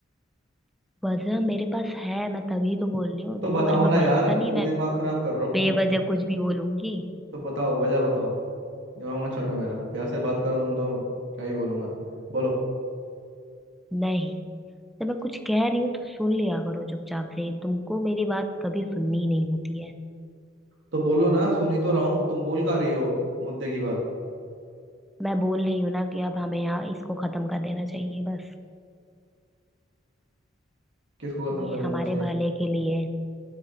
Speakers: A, in the centre; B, on the right (about 70°).
A: वजह मेरे पास है मैं तभी तो बोल रही हूँ
B: तो
A: तुमको
B: बताओ
A: मेरे
B: ना
A: पे
B: यार
A: भरोसा नहीं
B: क्यों
A: है, मैं
B: दिमाग खराब कर रहे हो
A: बेवजह
B: फोन
A: कुछ भी बोलूंगी
B: तो बताओ वजह बताओ दिमाग मत चाटो मेरा प्यार से बात करो तुम तो क्या ही बोलूँ मैं बोलो
A: नहीं जब मैं कुछ कह रही हूँ तो सुन लिया करो चुपचाप से तुमको मेरी बात कभी सुननी ही नहीं होती है
B: तो बोलो ना सुनी तो रहा हूँ तुम बोल का रही हो मुद्दे की बात
A: मैं बोल रही हूँ ना कि अब हमें यहाँ इसको खत्म कर देना चाहिए बस
B: किसको खत्म
A: ये
B: कर देना
A: हमारे
B: चाहिए
A: भले के लिए है,